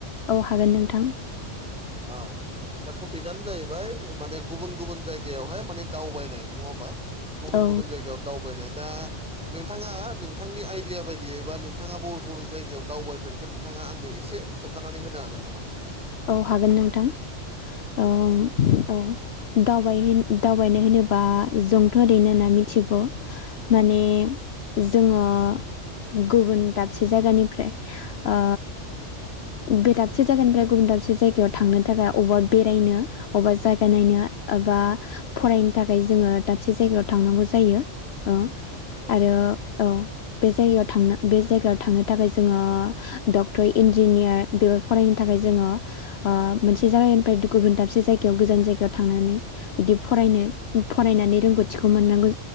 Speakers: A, on the left; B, in the centre.
A: औ हागोन नोंथां <inaudible>
B: औ दा टपिकनो जाहैबाय माने गुबुन गुबुन जायगायावहाय माने दावबायनाय नङा ओमबा? गुबुन
A: औ
B: गुबुन जायगायाव दावबायनाय दा नोंथाङा नोंथांनि आइडिया बायदियै बा नोंथाङा बबे बबे जायगायाव दावबायफेरखो नोंथाङा आंनो एसे खोन्थानानै होनो हागोन नामा?
A: औ हागोन नोंथां ओम
B: औ
A: औ दावबाय होन दावबायनाय होनोबा जोंथ' ओरैनो होनना मिथिगौ। माने जोङो गुबुन दाबसे जायगानिफ्राय ओ बे दाबसे जायगानिफ्राय गुबुन दाबसे जायगायाव थांनो थाखाय अबेबा बेरायनो अबेबा जायगा नायनो बा फरायनो थाखाय
B: औ
A: जोङो दाबसे जायगायाव थांनांगौ जायो ओ
B: औ
A: आरो औ बे जायगायाव थांनो बे जायगायाव थांनो थाखाय जोङो डक्टर इन्जिनियार बेफोर फरायनो थाखाय जोङो ओ मोनसे जायगानिफ्राय गुबुन दाबसे जाय याव गोजान जायगायाव थांनानै बिदि फरायनो फरायनानै रोंगौथिखौ मोननांगौ।